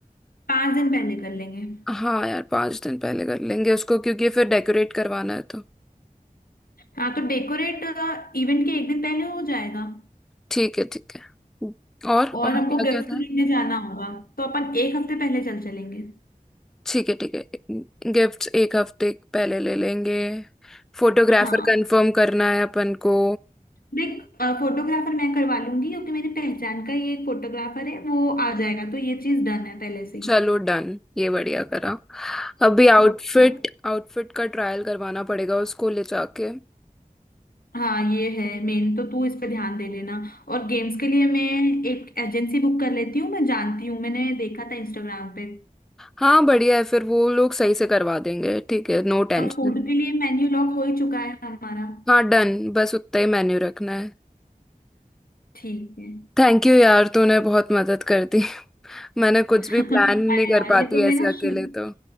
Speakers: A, on the left; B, in the centre.
A: पांच दिन पहले कर लेंगे
B: हाँ यार पाँच दिन पहले कर लेंगे उसको क्योंकि फिर डेकोरेट करवाना है तो
A: हाँ तो डेकोरेट इवेंट के एक दिन पहले हो जाएगा
B: ठीक है ठीक है और
A: और
B: और
A: हमको
B: क्या
A: गिफ्ट
B: क्या
A: खरीदने जाना होगा तो अपन एक हफ्ते पहले चल चलेंगे
B: ठीक है ठीक है गिफ्ट्स एक हफ्ते पहले ले लेंगे फोटोग्राफर
A: हाँ
B: कंफर्म करना है अपन को
A: देख फोटोग्राफर मैं करवा लूंगी क्योंकि मेरी पहचान का ये एक फोटोग्राफर है वो आ जाएगा तो ये चीज डन है पहले से ही
B: चलो डन ये बढ़िया करा अभी आउटफिट
A: हाँ
B: आउटफिट का ट्रायल करवाना पड़ेगा उसको ले जाके
A: हाँ ये है मेन तो तू इस पे ध्यान दे लेना और गेम्स के लिए मैं एक एजेंसी बुक कर लेती हूँ मैं जानती हूँ मैंने देखा था इंस्टाग्राम पे
B: हाँ बढ़िया है फिर वो लोग सही से करवा देंगे ठीक है नो टेंशन
A: और फूड के लिए मेन्यू लॉक हो ही चुका है हमारा
B: हाँ डन बस उतना ही मेन्यू रखना है
A: ठीक है
B: थैंक यू यार तूने बहुत मदद कर दी <laughs> मैंने
A: <laughs>
B: कुछ भी प्लान नहीं
A: अरे
B: कर
A: यार
B: पाती
A: ये तो मेरा
B: ऐसे अकेले
A: शुरू
B: तो